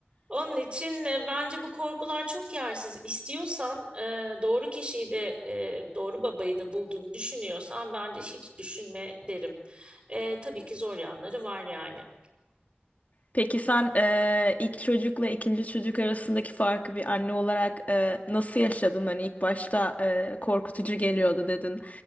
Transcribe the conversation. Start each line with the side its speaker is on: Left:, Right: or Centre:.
Right: Onun için e, bence bu korkular çok yersiz. İstiyorsan e, doğru kişiyi de e, doğru babayı da bulduğunu düşünüyorsan bence hiç düşünme derim. E, tabii ki zor yanları var yani.
Left: Peki sen eee, ilk çocukla ikinci çocuk arasındaki farkı bir anne olarak eee, nasıl yaşadın? Hani ilk başta eee, korkutucu geliyordu dedin.